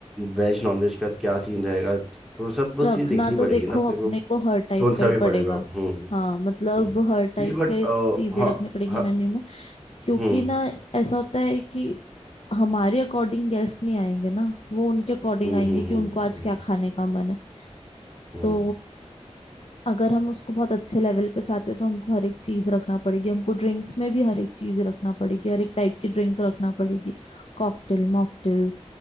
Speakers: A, in the centre; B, on the left.
A: वेज नॉन वेज का क्या सीन रहेगा तो सब वो
B: रखना
A: चीज़ देखनी पड़ेगी
B: तो देखो
A: ना अपने
B: अपने
A: को
B: को हर टाइप
A: कौन
B: का
A: सा
B: ही
A: भी पड़ेगा
B: पड़ेगा
A: हम्म हम्म
B: हाँ मतलब
A: हम्म।
B: हर टाइप
A: नहीं बट
B: के
A: हाँ
B: चीजें रखनी पड़ेगी
A: हाँ
B: मेन्यू में क्योंकि
A: हम्म
B: ना ऐसा होता है कि हमारे अकॉर्डिंग गेस्ट नहीं आएंगे ना वो उनके अकॉर्डिंग
A: हम्म
B: आएंगे
A: हम्म
B: कि
A: हम्म
B: उनको आज
A: हम्म
B: क्या खाने का मन है
A: हम्म,
B: तो अगर हम उसको बहुत अच्छे लेवल पे चाहते हैं तो हमको हर एक चीज रखना पड़ेगी हमको ड्रिंक्स में भी हर एक चीज रखना पड़ेगी हर एक टाइप की ड्रिंक रखना पड़ेगी कॉकटेल मॉकटेल